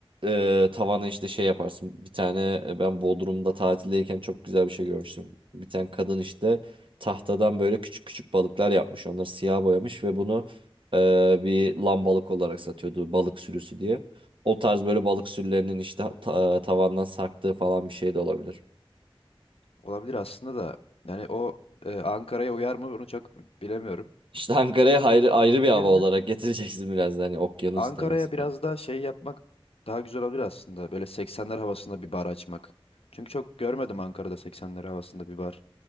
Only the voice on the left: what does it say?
olabilir aslında da. Yani o e, Ankara'ya uyar mı onu çok bilemiyorum.
Onun
yerine
Ankara'ya
biraz
daha şey yapmak daha güzel olabilir aslında. Böyle 80'ler havasında bir bar açmak. Çünkü çok görmedim Ankara'da 80'ler havasında bir bar.